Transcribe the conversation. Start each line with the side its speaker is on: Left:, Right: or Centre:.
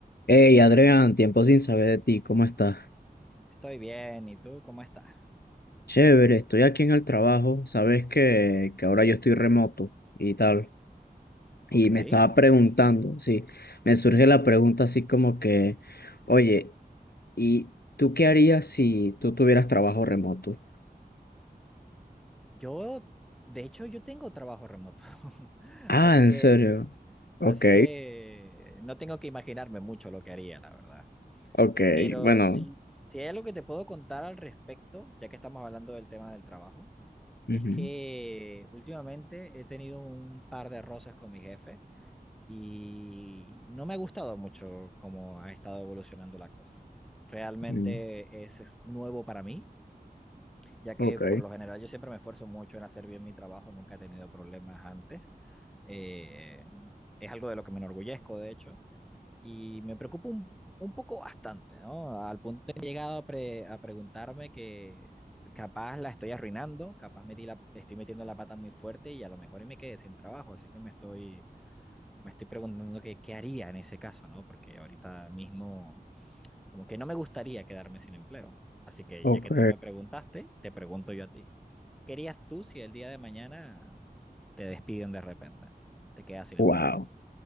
Left: Hey Adrián, tiempo sin saber de ti, ¿cómo estás?
Centre: Estoy bien, ¿y tú cómo estás?
Left: Chévere, estoy aquí en el trabajo, sabes que, que ahora yo estoy remoto y tal,
Centre: Ok.
Left: y me estaba preguntando, sí, me surge la pregunta así como que, oye, ¿y tú qué harías si tú tuvieras trabajo remoto?
Centre: Yo, de hecho, yo tengo trabajo remoto, <laughs>
Left: Ah,
Centre: así
Left: ¿en
Centre: que,
Left: serio? Ok,
Centre: así que no tengo que imaginarme mucho lo que haría, la verdad.
Left: ok,
Centre: Pero
Left: bueno,
Centre: sí, si hay algo que te puedo contar al respecto, ya que estamos hablando del tema del trabajo, es
Left: ujú,
Centre: que últimamente he tenido un par de roces con mi jefe y no me ha gustado mucho cómo ha estado evolucionando la cosa. Realmente
Left: mm,
Centre: es es nuevo para mí ya que
Left: ok,
Centre: por lo general yo siempre me esfuerzo mucho en hacer bien mi trabajo, nunca he tenido problemas antes. Eh, es algo de lo que me enorgullezco, de hecho, y me preocupa un, un poco bastante, ¿no? Al punto de que he llegado a, pre- a preguntarme que capaz la estoy arruinando, capaz metí la, estoy metiendo la pata muy fuerte y a lo mejor y me quedé sin trabajo, así que me estoy, me estoy preguntando que, qué haría en ese caso, ¿no? Porque ahorita mismo como que no me gustaría quedarme sin empleo. Así que
Left: ok,
Centre: ya que tú me preguntaste, te pregunto yo a ti. ¿Qué harías tú si el día de mañana te despiden de repente? Te quedas sin empleo.
Left: wow.